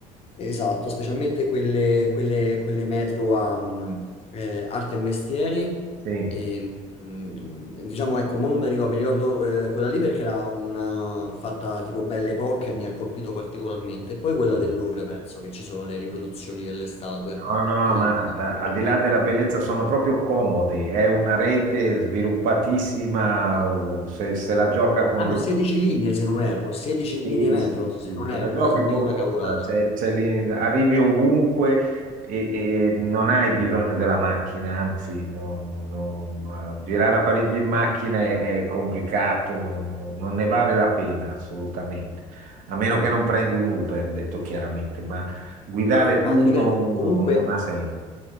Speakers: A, on the left (about 40°); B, on the right (about 60°).
A: Esatto, specialmente quelle, quelle- quelle metro a mm, eh, arte e mestieri.
B: Sì.
A: Ehm, Mm, Diciamo, ecco, mo non mi ricordo, mi ricordo eh, quella lì perché era una fatta tipo Belle Époque e mi ha colpito particolarmente. E poi quella
B: Mm.
A: del Louvre, penso che ci sono le riproduzioni delle statue,
B: No, no,
A: quelle
B: ma
A: di-
B: da-
A: Ecco,
B: al di là della bellezza sono proprio comodi. È una rete sviluppatissima,
A: vero?
B: uh, se, se la gioca
A: Ah,
B: con
A: Hanno
B: loro.
A: 16 linee, se non erro, 16
B: Sì,
A: linee metro,
B: sì,
A: se
B: sì,
A: non
B: te
A: erro,
B: la gioca
A: eh, se non
B: con
A: dico una
B: Londra,
A: cavolata.
B: cioè, cioè lì arrivi ovunque e, e non hai bisogno della macchina, anzi, no- no- no- no, girare a Parigi in macchina è, è complicato, non, non- non ne vale la pena assolutamente, a meno che non prendi un Uber, detto chiaramente, ma guidare
A: No, no, no, ma
B: tu
A: ripeto,
B: non,
A: comunque
B: non- non ha senso.